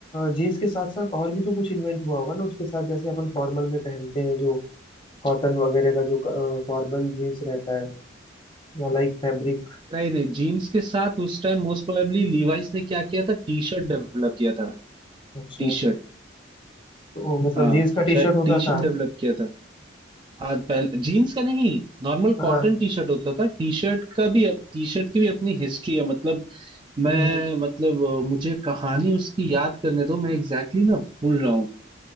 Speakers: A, on the left (about 25°); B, on the right (about 25°).
A: जीन्स के साथ साथ और भी तो कुछ इन्वेंट हुआ होगा ना उसके साथ जैसे अपन फॉर्मल में पहनते हैं जो कॉटन वगैरह का जो फॉर्मल जीन्स रहता है या लाइक फैब्रिक
B: नहीं नहीं जीन्स के साथ उस टाइम मोस्ट प्रोबेबली लीवाइस ने क्या किया था टी शर्ट डेवलप किया था
A: अच्छा
B: T shirt
A: तो मतलब
B: हाँ
A: जीन्स का टी
B: शायद
A: शर्ट होता
B: टी शर्ट
A: था
B: डेवलप किया था आज पहले जीन्स का नहीं नॉर्मल
A: हाँ
B: कॉटन टी शर्ट होता था टी शर्ट का भी अब टी शर्ट की भी अपनी हिस्ट्री है मतलब मैं
A: हम्म हम्म।
B: मतलब अ, मुझे कहानी उसकी याद करने दो मैं एग्जैक्टली exactly ना भूल रहा हूँ